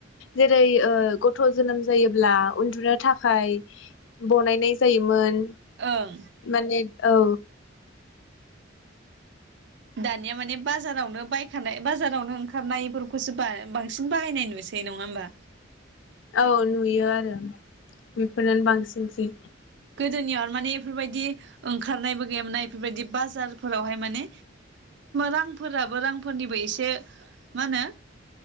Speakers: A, on the left; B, on the right.
A: जेरै ओ गथ' जोनोम जायोब्ला उन्दुनो थाखाय बनायनाय जायोमोन।
B: ओं
A: माने औ।
B: दानिया माने बाजारावनो बायखानाय बाजारावनो ओंखारनाय इफोरखौसो बांसिन बाहायनाय नुसै नङा होमबा?
A: औ नुयो आरो बेफोरनानो बांसिनसै।
B: गोदोनियाव माने इफोरबायदि ओंखारनायबो गैयामोना इफोरबायदि बाजारफोरावहाय माने रांफोराबो रांफोरनिबो एसे मा होनो